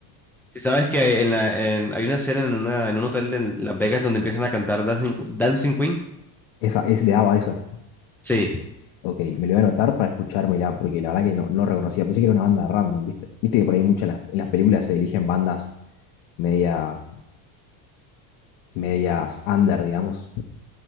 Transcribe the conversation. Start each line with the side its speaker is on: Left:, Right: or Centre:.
Centre: Si sabes que hay- en la- en- hay una escena en, una- en un hotel en Las Vegas donde empiezan a cantar Dancing, Dancing Queen.
Left: esa es de ABBA esa.
Centre: Sí,
Left: Ok, me lo voy a anotar para escuchármela, porque la verdad que no, no reconocía. Pensé que era una banda random, ¿viste? Viste que por ahí muchas en las, en las películas se eligen bandas media, medias under, digamos.